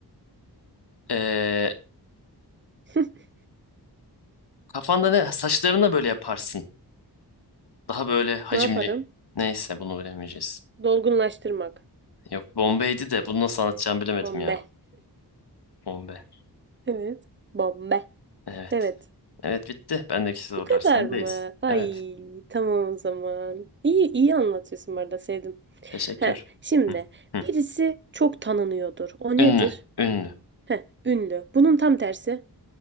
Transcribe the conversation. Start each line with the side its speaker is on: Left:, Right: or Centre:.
Left: Ee,
Right: <laughs>
Left: kafanda ne? Saçlarına böyle yaparsın. Daha böyle hacimli.
Right: Ne yaparım?
Left: Neyse bunu bilemeyeceğiz.
Right: Dolgunlaştırmak.
Left: Yok Bombay'di de bunu nasıl anlatacağımı bilemedim
Right: Bombe.
Left: ya. Bombay.
Right: Evet. Bombe.
Left: Evet.
Right: Evet.
Left: Evet bitti. Bendeki sorular
Right: Bu kadar
Left: sendeyiz.
Right: mı? Ay
Left: Evet.
Right: tamam o zaman. İyi iyi anlatıyorsun bu arada sevdim.
Left: Teşekkür.
Right: He, şimdi
Left: Hı, hı.
Right: birisi çok tanınıyordur. O
Left: Ünlü,
Right: nedir?
Left: ünlü,
Right: He, ünlü. Bunun tam tersi.